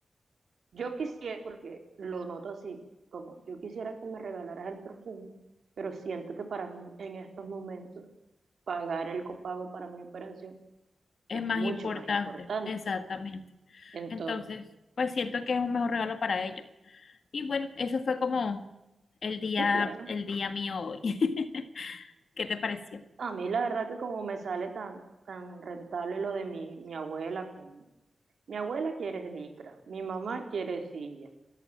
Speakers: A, on the right; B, on the left.
A: yo quisiera, porque lo noto así, como yo quisiera que me regalaras el perfume, pero siento que para mí en estos momentos pagar el copago para mi operación
B: es
A: es
B: más
A: mucho
B: importante,
A: más importante.
B: exactamente.
A: Entonces,
B: Entonces, pues siento que es un mejor regalo para ellos. Y bueno, eso fue como el día,
A: sí, claro.
B: el día mío hoy. <laughs> ¿Qué te pareció?
A: A mí la verdad que como me sale tan, tan rentable lo de mi, mi abuela con Mi abuela quiere licra, mi mamá quiere silla.